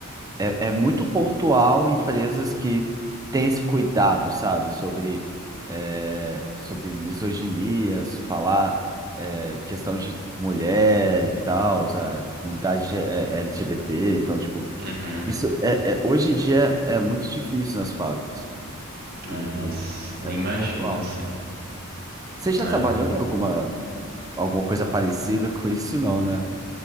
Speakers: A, on the right; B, on the right.
A: É, é muito pontual empresas que têm esse cuidado, sabe? Sobre, é, sobre misoginias, falar é, questão de mulher e tal, a comunidade é, LGBT. Então, tipo,
B: uhum.
A: isso é, é- hoje em dia é muito difícil nas fábricas e
B: Ai, nossa, nem
A: é muito
B: imagino,
A: pontual.
B: assim.
A: Você já
B: É.
A: trabalhou em alguma, alguma coisa parecida com isso, não, né?